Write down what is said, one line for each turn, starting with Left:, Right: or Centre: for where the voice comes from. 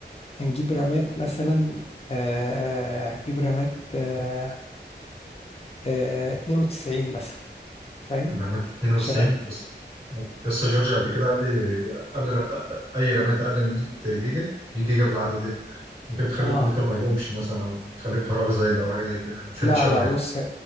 Left: هنجيب رامات مثلا آه آه، هنجيب رامات آه آه 92 مثلا فاهم
Right: رمات 92
Left: شر
Right: بس لسه جورج قبل كده قال لي قال لي ر- اي رمات اقل من 100 جيجا 100 جيجا بالعدد يعني ممكن تخلي
Left: اه
Right: الكمبيوتر ما يقومش مثلا او يخلي الكهرباء زايده او حاجه زي كده ما فهمتش
Left: لا
Right: قوي
Left: لا
Right: يعني
Left: بص